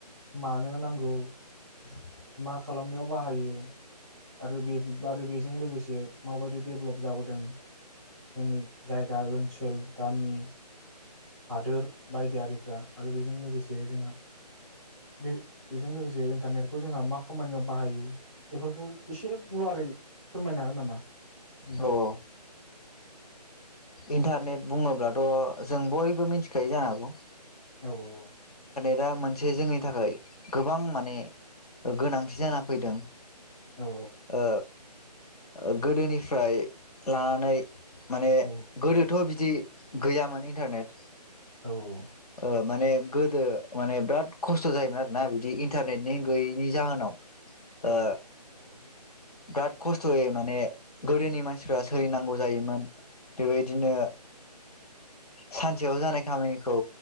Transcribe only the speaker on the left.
<inaudible>
औ औ।
इन्टारनेट बुङोब्लाथ जों बयबो मिथिखायो जानो हागौ।
दा मोनसे जोंनि थाखाय गोबां माने गोनांथि जाना फैदों।
ओ। ओ गोदोनि फ्राय लानानै माने
गोदोथ बि बदि गैयामोन इन्टारनेट
ओ माने गोदो माने बिराद खस्थ जायोमोन आरोना बिदि इन्टा इन्टारनेटनि गैयैनि जाहोनाव ओ।
बिराद खस्थयै माने गोदोनि मानसिफ्रा सोलिनांगौ जायोमोन। बेबायदिनो।
सानसेयाव जानाय खामानिखौ